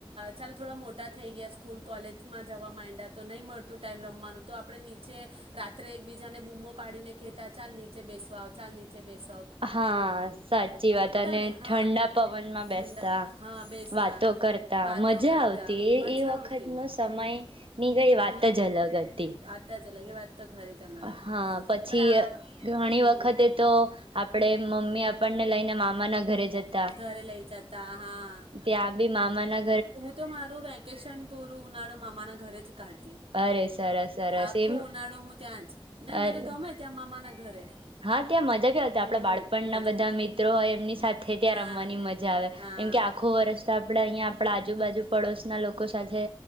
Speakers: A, on the right; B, on the right.
A: ચાલ થોડા મોટા થઈ ગયા સ્કૂલ કોલેજમાં જવા માડ અત્યારે તો નઈ મળતું ટાઈમ રમવાનું તો આપડે નીચે રાત્રે એકબીજાને બૂમો પાડીને કેતા ચાલ નીચે બેસ વા આવ ચાલ નીચે બેસ
B: હા, સાચી વાત અને
A: ને હા
B: ઠંડા પવનમાં
A: ઠંડા
B: બેસતા,
A: હા બેસતા
B: વાતો કરતા,
A: વાતો
B: મજા
A: કરતા
B: આવતી, એ
A: મજા
B: એ વખત
A: આવતી
B: નો સમય ની ગઈ વાત
A: હમ
B: જ અલગ અતી.
A: વાત જ અલગ એ વાત તો ખરી તમારી
B: હા, પછી
A: પણ
B: ઘણી
A: આ
B: ઘણી
A: હમ
B: વખતે તો આપડે મમ્મી આપણને લઈને મામાના ઘરે જતા
A: ઘરે લઇ જતા, હા.
B: ત્યાં બી મામા ના
A: હું તો મારું વેકેશન પૂરું ઉનાળું મામા ના ઘરે જ કાઢતી
B: અરે સરસ સરસ
A: આખો
B: એમ
A: ઉનાળો હું ત્યાં જ નહી
B: અરે
A: મને ગમે ત્યાં મામાના ઘરે
B: હા ત્યાં મજા કે આપડા
A: હમ
B: બાળપણના
A: મજા
B: બધા મિત્રો હોય એમની સાથે
A: હા
B: ત્યાં રમવાની મજા આવે
A: હા
B: એમ કે આખું વર્ષ આપડા અહંયા આપ આજુબાજુ પડોશ ના લોકો સાથે,